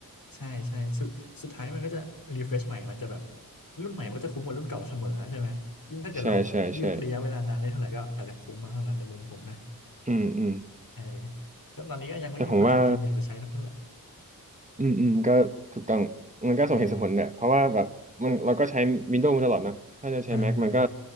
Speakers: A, on the left (about 65°); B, on the right (about 20°).
A: ใช่ใช่สุดสุดท้ายมันก็จะ refresh ใหม่มันจะแบบรุ่นใหม่มันก็จะคุ้มกว่ารุ่นเก่าเสมอใช่ไหมยิ่งถ้าเกิดเรายืดระยะเวลานานได้เท่าไหร่ก็อาจจะคุ้มมากเท่านั้นในมุมผมนะ
B: ใช่ใช่ใช่อืมอืม
A: เออก็ตอนนี้ก็ยังไม่มีความจำเป็นอยากจะใช้เท่าไหร่
B: แต่ผมว่า อืมอืมก็ถูกต้องมันก็สมเหตุสมผลเนี่ยเพราะว่าแบบมันเราก็ใช้
A: อ่าอ่า
B: Windows มาตลอดนะถ้าจะใช้
A: อ่าอ่า
B: Mac มันก็